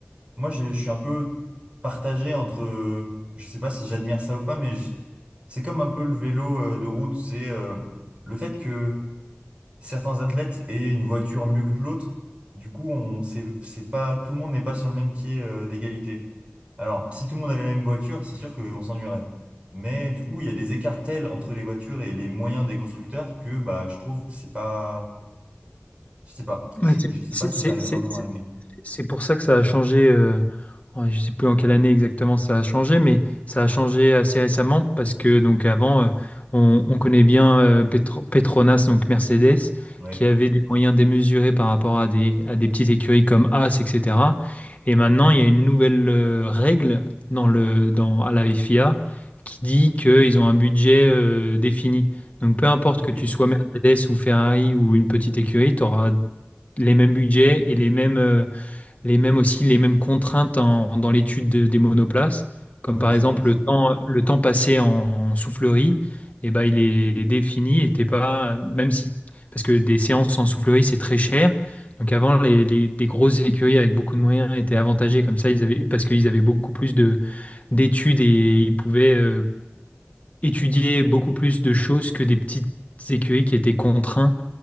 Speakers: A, on the right (about 30°); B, on the left (about 35°).
A: moi, j'ai- je suis un peu partagé entre... Je sais pas si j'admire ça ou pas, mais je- c'est comme un peu le vélo euh, de route. C'est euh, le fait que... certains athlètes aient une voiture mieux que l'autre. Du coup, on c'est c'est pas tout le monde n'est pas sur le même pied euh, d'égalité. Alors, si tout le monde avait la même voiture, c'est sûr qu'on s'ennuierait. Mais du coup, il y a des écarts tels entre les voitures et les moyens des constructeurs que bah je trouve que c'est pas je sais pas, je,
B: Ouais, c'est
A: je sais pas si
B: c'est-
A: j'arrive
B: c'est-
A: vraiment
B: c'est-
A: à aimer.
B: C'est pour ça que ça a changé, euh, ouais, je sais plus en quelle année exactement ça a changé, mais ça a changé assez récemment parce que donc avant, euh, on, on connaît bien euh, Petro- Petronas, donc Mercedes,
A: Ouais.
B: qui avait des moyens démesurés par rapport à des, à des petites écuries comme As, etc. Et maintenant, il y a une nouvelle euh, règle dans le, dans, à la FIA qui dit qu'ils ont un budget euh, défini. Donc peu importe
A: OK.
B: que tu sois Mercedes ou Ferrari ou une petite écurie, tu auras les mêmes budgets et les mêmes... euh, les mêmes aussi, les mêmes contraintes en- dans l'étude de- des monoplaces, comme
A: Ah bah
B: par
A: ça c'est
B: exemple
A: bien ça.
B: le temps, le temps passé en soufflerie, et ben, il est défini et t'es pas, même si, parce que des séances en soufflerie, c'est très cher. Donc avant, les, les- des grosses écuries avec beaucoup de moyens étaient avantagées comme ça, ils avaient, parce qu'ils avaient beaucoup plus de, d'études et ils pouvaient euh, étudier beaucoup plus de choses que des petites écuries qui étaient contraintes